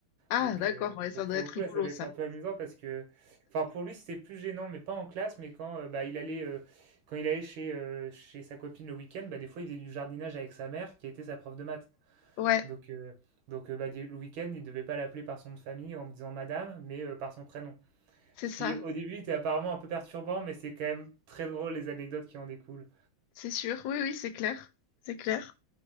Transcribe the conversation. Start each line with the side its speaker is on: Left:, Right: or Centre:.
Left: Ah
Right: Donc,
Left: d'accord,
Right: euh,
Left: ouais, ça
Right: donc
Left: doit
Right: pour
Left: être
Right: le coup,
Left: rigolo
Right: là, ça va
Left: ça.
Right: être un peu amusant parce que, enfin, pour lui, c'était plus gênant, mais pas en classe, mais quand euh, bah, il allait, euh, quand il allait chez, euh, chez sa copine le week-end, bah, des fois, il faisait du jardinage avec sa mère, qui était sa prof de maths.
Left: Ouais,
Right: Donc, euh, donc euh, bah, du- le week-end, il devait pas l'appeler par son nom de famille en disant madame, mais euh, par son prénom.
Left: c'est
Right: Ce
Left: ça,
Right: qui, au début, était apparemment un peu perturbant, mais c'est quand même très drôle les anecdotes qui en découlent.
Left: c'est sûr. Oui, oui, c'est clair. C'est clair.